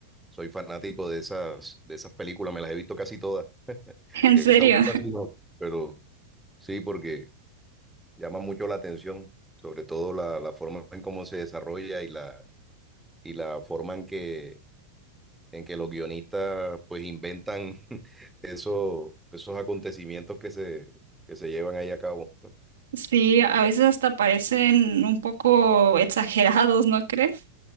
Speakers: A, in the centre; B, on the right.
A: soy fanático de esas, de esas películas, me las he visto casi todas. <laughs>
B: <laughs> En
A: Esta
B: serio.
A: última
B: <laughs>
A: sí no, pero sí, porque llama mucho la atención, sobre todo la, la forma en cómo se desarrolla y la, y la forma en que, en que los guionistas pues inventan <laughs> eso, esos acontecimientos que se, que se llevan ahí a cabo.
B: Sí, a veces hasta parecen un poco exagerados, ¿no crees?